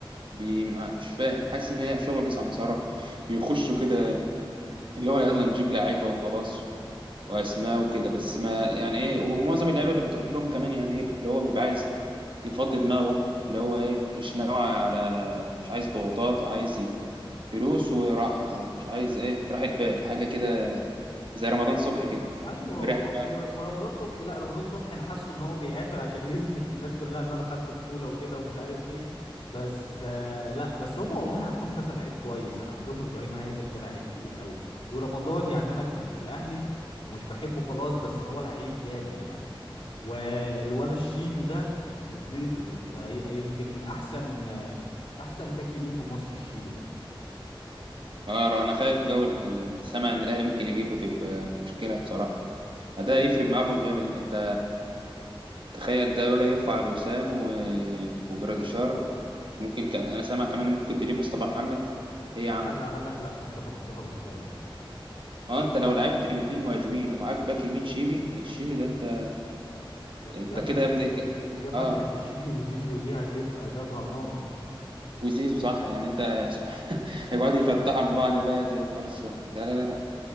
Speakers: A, on the right; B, on the left.
A: بي مش فاهم حاسس ان هي شغل سمسرة بيخشوا كده اللي هو يلا نجيب لعيبة وخلاص واسماء وكده بس ما يعني ايه ومعظم اللعيبة اللي بتروح لهم كمان يعني ايه اللي هو بيبقى عايز يفضي دماغه اللي هو ايه مش ناوي على مش عايز ضغوطات وعايز فلوس وراحة مش عايز ايه راحة بال حاجة كده زي رمضان صبحي كده
B: ايوه
A: مريح
B: و-
A: دماغ
B: و- ورمضان صبحي لا رمضان صبحي انا حاسه ان هو بيعافر عشان <laughs> يثبت للناس كلها ان انا خدت بطوله وكده ومش عارف ايه بس آه لا بس هم والله عندهم كذا لعيب كويس يعني عندهم ابراهيم عادل ده لعيب تقيل قوي ورمضان يعني انا كان في الاهلي ومش بحبه خلاص بس هو لعيب جامد يعني والولا الشيبي ده يخرب بيته ده ي- يمكن من احسن آه، احسن باك يمين في مصر الشيبي ده
A: اه انا خايف جو ال- سامع ان الاهلي ممكن يجيبه تبقى مشكلة بصراحة ده هيفرق معاكم جامد انت تخيل ده بقى يرفع لوسام و... وجراديشار ممكن ك... انا سامع كمان إن ممكن تجيب مصطفى محمد ايه يا عم
B: لا لا قال لك لا مصطفى مصطفى مش جاي
A: اه انت لو لعبت باتنين مهاجمين ومعاك باك يمين شيبي الشيبي ده انت
B: والجبهة
A: انت كده
B: الج-
A: يا ابني ك-
B: الج- الجبهة
A: اه
B: بتاعت الشيبي وزيزو دي هتبقى جبهة نار
A: وزيزو صح يعني انت يا سبحان <laughs> يقعدوا يفتحوا لبعض بقى يا نهار اسود ده لا لا لا